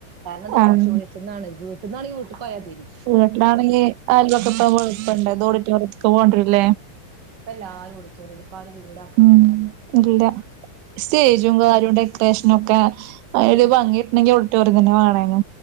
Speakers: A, on the right; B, on the right.
A: കാരണം അത്
B: ആഹ്
A: ഓഡിച്ചോറിയത്തിന്നാണ്. വീട്ടിന്നാണെങ്കി വീട്ട് പോയാ മതിയിനി.
B: വീട്ടിലാണെങ്കിൽ അയൽവൊക്കത്ത് പോയിട്ടൊണ്ട്. ഇത് ഓഡിറ്റോറിയത്തിലേക്ക് പോണ്ടിവെരുല്ലേ.
A: ഇപ്പ എല്ലാരും ഓഡിറ്റോറിയത്തില്. ഇപ്പ ആരും വീടാക്കുന്നില്ലല്ലേ
B: ഉം
A: കല്യാണം.
B: ഇല്ല സ്റ്റേജും
A: അതെ
B: കാര്യവും ഡെക്കറേഷനും ഒക്കെ ഒരു ഭംഗി കിട്ടണെങ്കിൽ ഒഡിറ്റോറിയം തന്നെ വേണാനു.